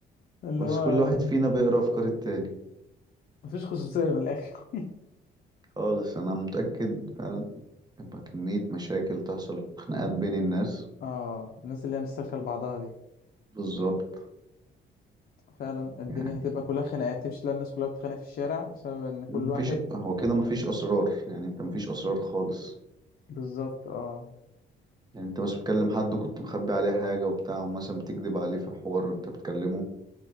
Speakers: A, on the left; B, on the right.
A: اللي
B: بس
A: هو
B: كل واحد فينا بيقرأ افكار التاني
A: مفيش خصوصية من الآخر
B: خالص انا متأكد فعلا يبقى كمية مشاكل تحصل خناقات بين الناس
A: اه الناس اللي هي مستسلكة لبعضها دي
B: بالظبط
A: فعلا الدنيا
B: يعني
A: هتبقى كلها خناقات تمشي تلاقي الناس كلها بتتخانق في الشارع بسبب إن كل
B: مفيش
A: واحد
B: هو كده مفيش اسرار يعني انت مفيش اسرار خالص
A: بالظبط اه
B: يعني انت بس بتكلم حد وكنت مخبي عليه حاجة وبتاع ومثلا بتكذب عليه في حوار وانت بتكلمه